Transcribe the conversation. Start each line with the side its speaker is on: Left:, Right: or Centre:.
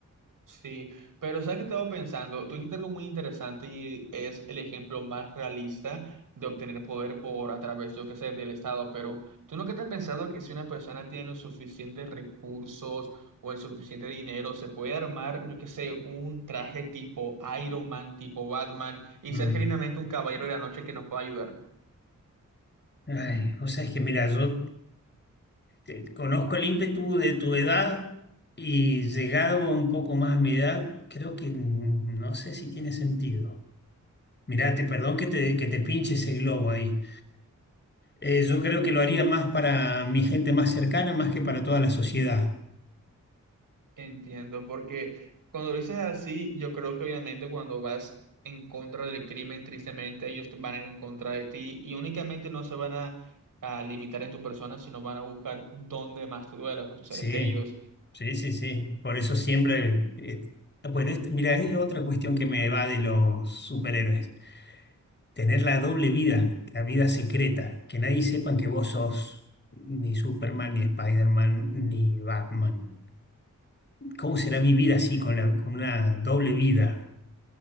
Right: Sí, pero sabes que estaba pensando, tú dijiste algo muy interesante y es el ejemplo más realista de obtener poder por a través, yo qué sé, del Estado, pero tú nunca te has pensado que si una persona tiene los suficientes recursos o el suficiente dinero, se puede armar, yo qué sé, un traje tipo Iron Man, tipo Batman y
Left: Mm.
Right: ser genuinamente un caballero de la noche que nos pueda ayudar.
Left: Ay, vos sabés que, mira, yo te- conozco el ímpetu de tu edad y llegado un poco más a mi edad, creo que mm, no sé si tiene sentido. Mirá, te- perdón que te, que te pinche ese globo ahí. Eh, yo creo que lo haría más para mi gente más cercana, más que para toda la sociedad.
Right: Entiendo, porque cuando lo dices así, yo creo que obviamente cuando vas en contra del crimen, tristemente ellos van a ir en contra de ti y únicamente no se van a, a limitar en tu persona, sino van a buscar dónde más te duela, a tus
Left: Sí,
Right: seres queridos.
Left: sí, sí, sí. Por eso siempre... eh, bueno, este- mira, es otra cuestión que me va de los superhéroes. tener la doble vida, la vida secreta, que nadie sepa que vos sos ni Superman, ni Spider-Man, ni Batman. ¿Cómo será vivir así con la, con una doble vida?